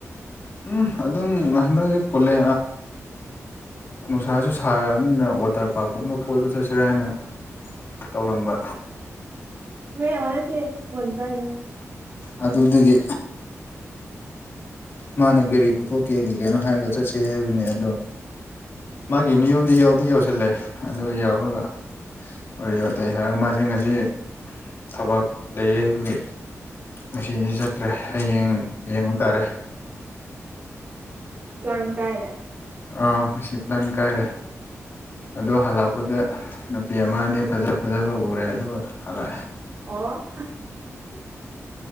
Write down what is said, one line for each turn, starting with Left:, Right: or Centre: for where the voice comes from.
Left: ꯎꯝ ꯑꯗꯨꯝ ꯍꯟꯗꯛꯁꯦ ꯀꯣꯜꯂꯦ ꯅꯨꯡꯁꯥꯁꯨ ꯁꯥꯔꯛꯑꯕꯅꯤꯅ ꯋꯥꯇꯔ ꯄꯥꯔꯛꯀꯨꯝꯕ ꯀꯣꯏꯕ ꯆꯠꯁꯤꯔꯦ ꯍꯥꯏꯅ ꯇꯧꯔꯝꯕ
Right: ꯃ ꯑꯃꯅꯤꯅꯁꯤꯦ ꯐꯣꯟꯠꯄꯖ
Left: ꯑꯗꯨꯗꯒꯤ ꯃꯥꯅ ꯒꯥꯔꯤ ꯄꯨꯊꯣꯛꯀꯦ ꯀꯩ ꯀꯅꯣ ꯍꯥꯏꯔꯒ ꯆꯠꯁ ꯍꯥꯏꯕꯅꯦ ꯑꯗꯣ ꯃꯥꯒꯤ ꯃꯌꯨꯝꯗꯤ ꯌꯥꯎꯗꯤ ꯌꯧꯁꯤꯜꯂꯦ ꯑꯗꯨ ꯌꯥꯎꯔꯒ ꯋꯥꯔꯤ ꯋꯥꯇꯇꯩ ꯁꯥꯔꯒ ꯃꯥꯁꯤ ꯉꯁꯤ ꯊꯕꯛ ꯂꯩꯌꯦ ꯑꯩꯈꯒꯤ ꯉꯁꯤꯗꯤ ꯆꯠꯇ꯭ꯔꯦ ꯍꯌꯦꯡ ꯌꯦꯡꯕꯨ ꯇꯥꯔꯦ
Right: ꯄ꯭ꯂꯥꯟ ꯀꯥꯏꯗ
Left: ꯑꯥ ꯉꯁꯤ ꯄ꯭ꯂꯥꯟ ꯀꯥꯏꯔꯦ ꯑꯗꯣ ꯍꯜꯂꯛꯄꯗ ꯅꯨꯄꯤ ꯑꯃ ꯑꯅꯤ ꯐꯖ ꯐꯖꯕ ꯎꯔꯦ ꯑꯗꯨꯒ ꯍꯜꯂꯛꯑꯦ
Right: ꯑꯣ